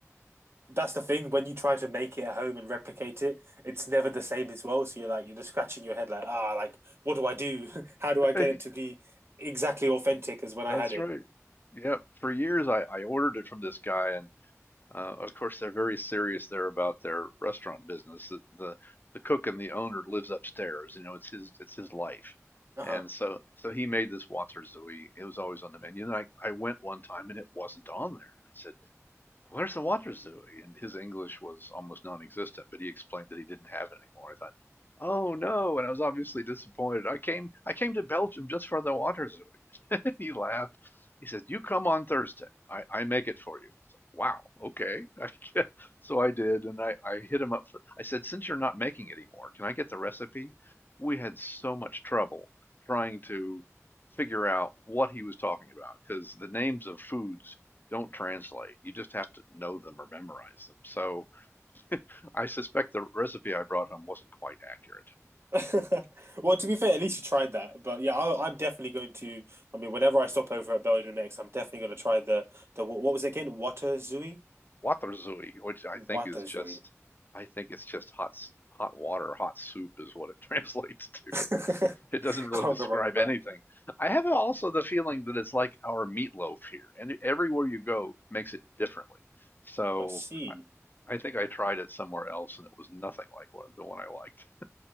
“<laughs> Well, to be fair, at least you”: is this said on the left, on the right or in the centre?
Right